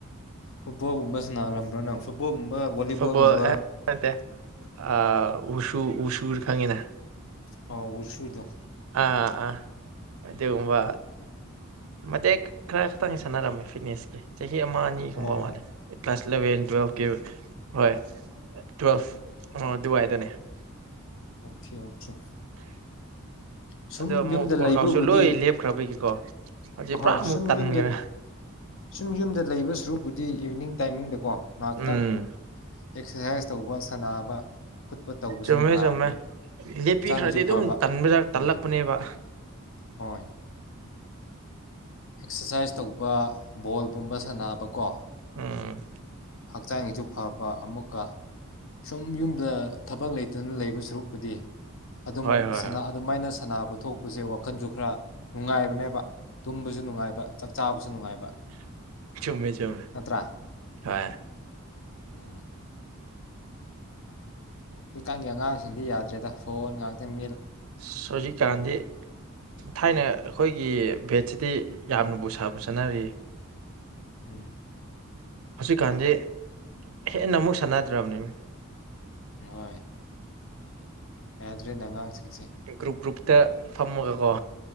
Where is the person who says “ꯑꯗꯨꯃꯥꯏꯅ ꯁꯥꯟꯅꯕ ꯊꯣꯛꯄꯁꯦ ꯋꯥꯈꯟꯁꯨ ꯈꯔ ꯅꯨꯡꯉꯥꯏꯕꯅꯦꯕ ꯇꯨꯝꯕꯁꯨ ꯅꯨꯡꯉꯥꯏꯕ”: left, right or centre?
Left